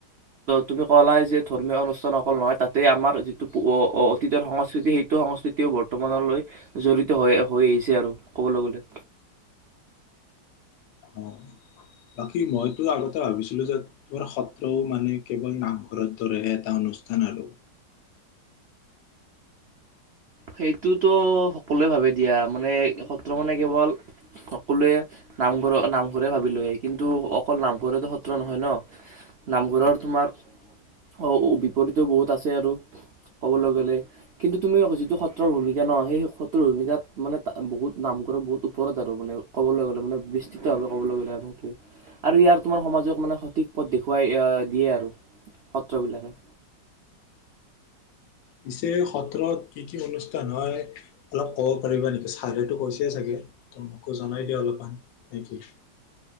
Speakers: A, on the right (about 80°); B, on the left (about 80°).
A: তুমি কলা যে ধৰ্মীয় অনুষ্ঠান অকল নহয় তাতে আমাৰ যিটো অতীতৰ সংস্কৃতি সেইটো সংস্কৃতিও বৰ্তমানলৈ জড়িত হৈ আহিছে আৰু কবলৈ গলে
B: অ বাকী মইতো আগতে ভাবিছিলো যে তোমাৰ সত্ৰও মানে কেৱল নামঘৰ দৰেহে এটা অনুষ্ঠান আৰু
A: সেইটোতো সকলোৱে ভাবে দিয়া মানে সত্ৰ মানে কেৱল সকলোৱে নামঘৰ নামঘৰে ভাবি লয় কিন্তু অকল নামঘৰে সত্ৰ নহয় ন নামঘৰৰ তোমাৰ অ বিপৰীত বহুত আছে আৰু ক'বলৈ গলে কিন্তু তুমি যিটো সত্ৰৰ ভূমিকা ন সেই সত্ৰৰ ভূমিকাত মানে বহুত নামঘ বহুত ওপৰত আৰু মানে ক'বলৈ গলে মানে বিস্তৃতভাৱে ক'বলৈ গলে সে আৰু ইয়াৰ তোমাৰ সমাজক মানে সঠিক পথ দেখুৱাই দিয়ে আৰু সত্ৰবিলাকে
B: পিছে সত্ৰত কি কি অনুষ্ঠান হয় অলপ ক'ব পাৰিবা নেকি ছালেতো কৈছে চাগে ত মোকো জনাই দিয়া অলপমান নেকি?